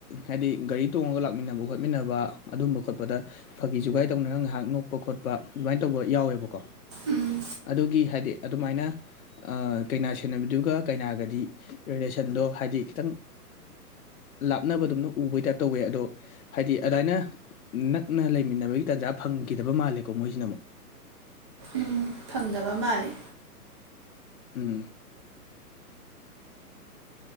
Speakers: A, on the left; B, on the right.
A: ꯍꯥꯏꯗꯤ ꯒꯥꯔꯤ ꯇꯣꯡꯉꯒ ꯂꯥꯛꯃꯤꯟꯅꯕ ꯈꯣꯠꯃꯤꯟꯅꯕ ꯑꯗꯨꯝꯕ ꯈꯣꯠꯄꯗ ꯐꯥꯒꯤ ꯖꯨꯒꯥꯏ ꯇꯧꯅꯔꯒ ꯉꯥꯏꯍꯥꯛ ꯅꯣꯛꯄ ꯈꯣꯠꯄ ꯑꯗꯨꯃꯥꯏꯅ ꯇꯧꯕ ꯌꯥꯎꯋꯦꯕꯀꯣ
B: ꯎꯝ
A: ꯑꯗꯨꯒꯤ ꯍꯥꯏꯗꯤ ꯑꯗꯨꯃꯥꯏꯅ ꯑ ꯀꯩꯅꯥ ꯁꯦꯟꯅꯕꯤꯗꯨꯒ ꯀꯩꯅꯥꯒꯗꯤ ꯔꯤꯂꯦꯁꯟꯗꯣ ꯍꯥꯏꯗꯤ ꯈꯤꯇꯪ ꯂꯥꯞꯅꯕꯗꯨꯝꯅ ꯎꯕꯩ ꯇꯥꯏꯞ ꯇꯧꯋꯦ ꯑꯗꯣ ꯍꯥꯏꯗꯤ ꯑꯗꯥꯏꯅ ꯅꯛꯅ ꯂꯩꯃꯤꯟꯅꯕꯒꯤ ꯇꯟꯖꯥ ꯐꯪꯈꯤꯗꯕ ꯃꯥꯜꯂꯦꯀꯣ ꯃꯣꯏꯖꯤꯅ ꯑꯃꯨꯛ
B: ꯎꯝ ꯐꯪꯗꯕ ꯃꯥꯜꯂꯦ
A: ꯎꯝ